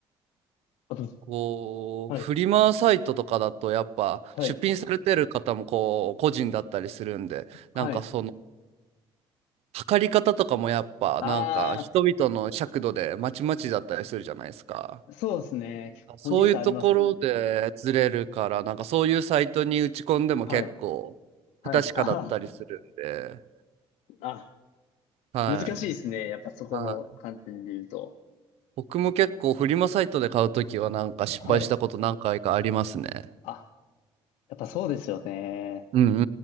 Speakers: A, on the left; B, on the right.
A: あ、どうぞ。
B: こう、
A: はい。
B: フリマサイトとかだと、やっぱ、
A: はい。
B: 出品されてる方も、こう、個人だったりするんで、
A: はい。
B: なんかその、測り方とかもやっぱなんか人々の尺度でまちまちだったりするじゃないですか。
A: ああ、そうですね。
B: そういうところでずれるからなんかそういうサイトに打ち込んでも結構不確かだったりするんで、
A: 個人差ありますもんね。はい。はい。ああ。あ
B: はい。
A: 難しいですね。やっぱそこの観点で言うと。
B: はい。僕も結構フリマサイトで買うときはなんか失敗したこと何回かありますね。
A: はい。あ、やっぱそうですよね。
B: うんうんうんう